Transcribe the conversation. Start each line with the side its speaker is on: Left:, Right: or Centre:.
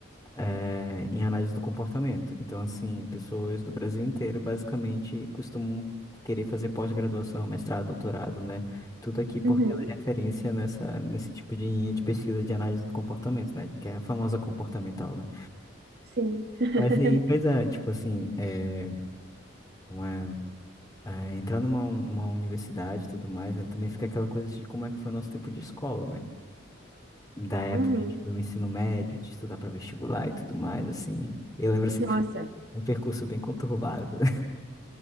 Left: eh, em análise do comportamento. Então, assim, pessoas do Brasil inteiro basicamente costumam querer fazer pós-graduação, mestrado, doutorado, né? Tudo aqui porque
Right: Uhum,
Left: ela é referência nessa, nesse tipo de linha de pesquisa de análise do comportamento, né? Que é a famosa comportamental, né?
Right: sim. <laughs>
Left: Mas aí, pois é, tipo assim, é, como é, é, entrar numa, un- numa universidade e tudo mais, né, também fica aquela coisa de como é que foi o nosso tempo de escola, né? Da época,
Right: Uhum.
Left: tipo, do ensino médio, de estudar para vestibular e tudo mais, assim. Eu lembro, assim,
Right: Nossa,
Left: que foi um percurso bem conturbado. <laughs>